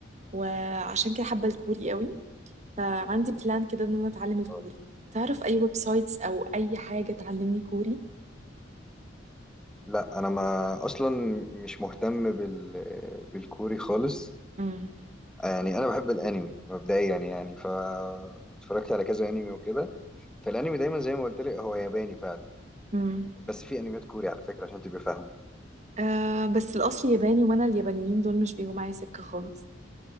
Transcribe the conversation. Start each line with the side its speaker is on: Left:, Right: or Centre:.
Right: وعشان كده حابه الكوري قوي فعندي بلان كده ان انا اتعلم الكوري
Centre: آه.
Right: تعرف اي ويب سايتس او اي حاجه تعلمني كوري
Centre: لا انا ما اصلا مش مهتم بال بالكوري خالص
Right: امم
Centre: يعني انا بحب الانمي مبدئيا يعني يعني ف اتفرجت على كذا انمي وكده فالانمي دايما زي ما قلت لك هو ياباني فعلا
Right: امم
Centre: بس في انميات كوري على فكره عشان تبقى فاهمه
Right: آه بس الاصل ياباني وانا اليابانيين دول مش بيجوا معايا سكه خالص